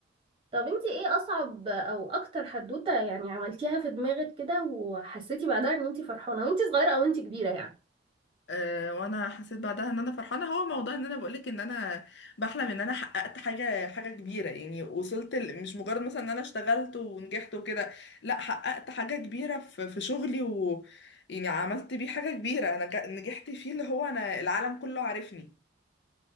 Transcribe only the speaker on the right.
طب انتي ايه اصعب او اكتر حدوته يعني عملتيها في دماغك كده وحسيتي بعدها ان انتي فرحانه وانتي صغيره او انتي كبيره يعني